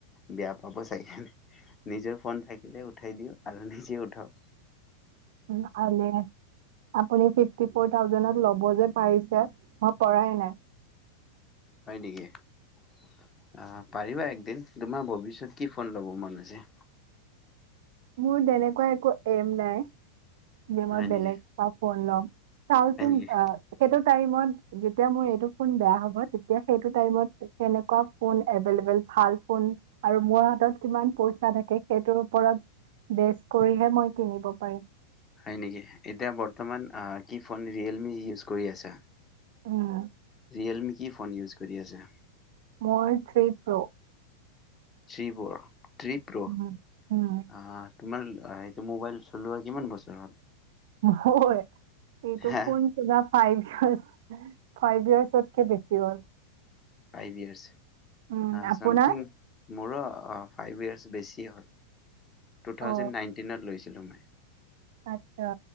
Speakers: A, on the left; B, on the right.
A: বেয়া পাব চাগে৷নিজৰ ফোন থাকিলে উঠাই দিওঁ আৰু নিজে উঠাওঁ।
B: <unintelligible> আপুনি ফিফ্টি ফৰ থাউজেনত লব মই যে পাৰিছে মই পৰাই নাই।
A: হয় নেকি? আ। পাৰিবা একদিন তোমাৰ ভৱিষ্যত কি ফোন ল'ব মন আছে?
B: মোৰ তেনেকুৱা একো এম নাই।
A: হয়
B: যে মই বেলেগ
A: নেকি
B: কা ফোন লম। চাওচোন
A: হয় নেকি
B: অ সেইটোৰ টাইমত যেতিয়া মই এইটোফোন বেয়া হব তেতিয়া সেইটো টাইমত তেনেকুৱা ফোন এভেলেবুল ভাল ফোন আৰু মোৰ হাতত কিমান পইচা থাকে সেইটো ওপৰত। বেচ কৰিহে মই কিনিব পাৰিম।
A: হয় নেকি এতিয়া বৰ্তমান কি ফোন ৰিয়েলমি ইউজ কৰি আছা।
B: উম।
A: ৰিয়েলমি কি ফোন ইউজ কৰি আছা।
B: মোৰ three pro
A: three প্ৰৰ three pro আহ
B: উম, উম,
A: আহ তোমাৰ সেইটো মোবাইল চলোৱা কিমান বছৰ হ'ল।
B: <unintelligible> এইটো
A: হা
B: ফোন চলোৱা ফাইভ ইয়াচ ফাইভ ইয়াৰ্চতকে বেছি হ'ল।
A: ফাইভ ইয়েৰ্চ,
B: উম, আপোনাৰ
A: চামথিং। মোৰো ফাইভ ইয়াৰ্চ বেছি হ'ল। টো-থাউজেন
B: অ'
A: নাইনটিনত লৈছিলোঁ মই।
B: আচ্ছা